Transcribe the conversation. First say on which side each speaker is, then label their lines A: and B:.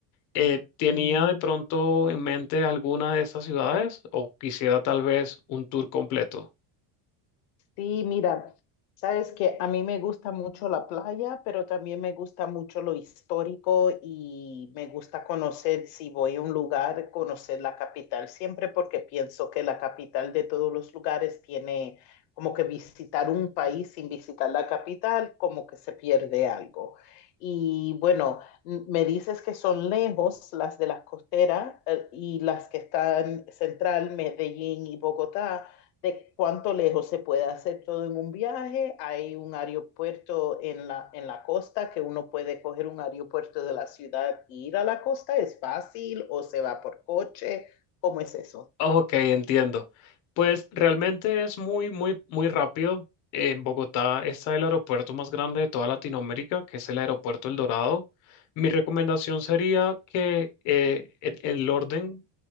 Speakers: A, on the left; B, on the left.
A: Eh, ¿tenía
B: mm.
A: de pronto en mente alguna de estas ciudades o quisiera tal vez un tour completo?
B: Sí, mira, sabes que a mí me gusta mucho la playa, pero también me gusta mucho lo histórico y me gusta conocer, si voy a un lugar, conocer la capital siempre porque pienso que la capital de todos los lugares tiene como que visitar un país sin visitar la capital, como que se pierde algo. Y bueno, n- me dices que son lejos las de las costeras eh, y las que están central, Medellín y Bogotá de cuánto lejos se puede hacer todo en un viaje. Hay un aeropuerto en la, en la costa que uno puede coger un aeropuerto de la ciudad e ir a la costa. ¿Es fácil o se va por coche? ¿Cómo es eso?
A: Ok, entiendo. Pues realmente es muy, muy, muy rápido. En Bogotá está el aeropuerto más grande de toda Latinoamérica, que es el aeropuerto El Dorado. Mi recomendación sería que eh, en- en el orden